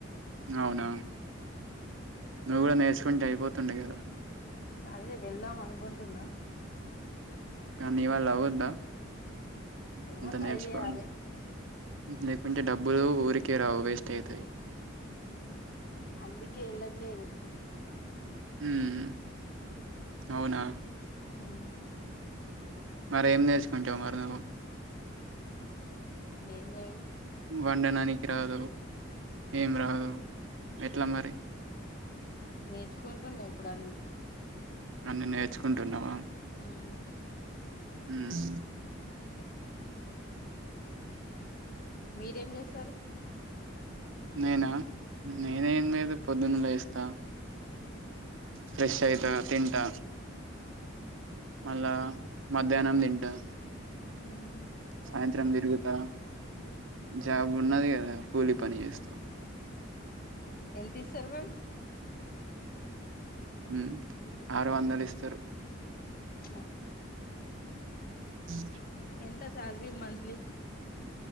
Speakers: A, on the right; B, on the left.
A: అవునా నువ్వు కూడా నేర్చుకుంటె అయిపోతుండె కదా
B: అదే వెళ్దాం అనుకుంటున్నా
A: నీ వల్ల అవుద్ద
B: ఏమో
A: అంత
B: ట్రై
A: నేర్చుకోవడం
B: చేయాలి
A: లేకుంటే డబ్బులు ఊరికే రావు వేస్ట్ అయ్తయ్
B: అందుకే యెళ్ళట్లేదు
A: హ్మ్ అవునా
B: ఆ
A: మరి ఏం నేర్చుకుంటావు మరి నువ్వు
B: ఏంలేద్
A: వండనానికి రాదు ఏం రాదు ఎట్లా మరి
B: నేర్చుకుంటున్నా ఇప్పుడు అన్ని
A: అన్నీ నేర్చుకుంటున్నవా
B: హ్మ్
A: ఉమ్
B: మీరేం చేస్తారు
A: నేన నేనేం లేదు పొద్దున లేస్తా ఫ్రెష్ అయిత తింటా మళ్ళా మధ్యాహ్నం తింటా
B: హ్మ్
A: సాయంత్రం తిరుగుతా జాబ్ ఉన్నది కదా కూలీ పని చేస్త
B: ఎన్తిస్తరు వు
A: హ్మ్ ఆరు వందలు ఇస్తరు
B: <unintelligible>
A: ఉ
B: ఎంత సాల్రి మంత్లీ